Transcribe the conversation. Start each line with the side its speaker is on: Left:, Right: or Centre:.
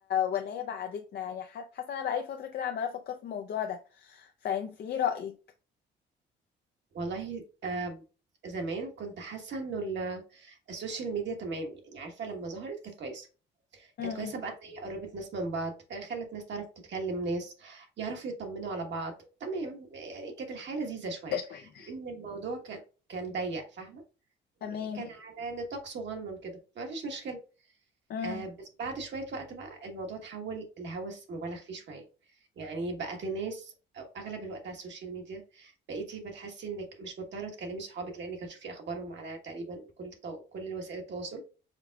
Left: ولا هي بعدتنا يعني ح- حاسه انا بقالي فتره كده عماله افكر في الموضوع ده فانت ايه رايك
Right: والله آه زمان كنت حاسه انه ال- آه، السوشيال ميديا تمام يعني عارفه لما ظهرت كانت كويسه
Left: امم
Right: كانت كويسه بقى ان هي قربت ناس من بعض آه، خلت ناس تعرف تتكلم ناس يعرفوا يطمنوا على بعض تمام يعني كانت الحياه لذيذه شويه
Left: شوية
Right: لان الموضوع كان كان ضيق فاهمه يعني
Left: تمام
Right: كان على نطاق صغنن كده فما فيش مشكله
Left: امم
Right: آه بس بعد شوية وقت بقى الموضوع اتحول لهوس مبالغ فيه شوية يعني بقت الناس أغلب الوقت على السوشيال ميديا بقيتي بتحسي إنك مش مضطرة تكلمي صحابك لأنك هتشوفي أخبارهم على تقريبا كل التو... كل وسائل التواصل